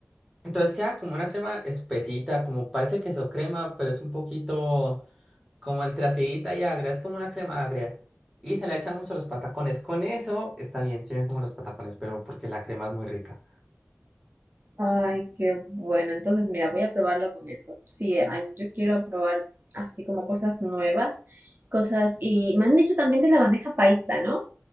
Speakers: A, in the centre; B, on the right.
A: Entonces queda como una crema espesita, como parece queso crema, pero es un poquito como entre acidita y agria, es como una crema agria. Y se le echan mucho los patacones. Con eso está bien, tienen como los patacones, pero porque la crema es muy rica.
B: Ay, qué bueno. Entonces, mira, voy a probarlo con eso. Sí, eh, ay, yo quiero probar así como cosas nuevas, cosas... Y me han dicho también de la bandeja paisa, ¿no?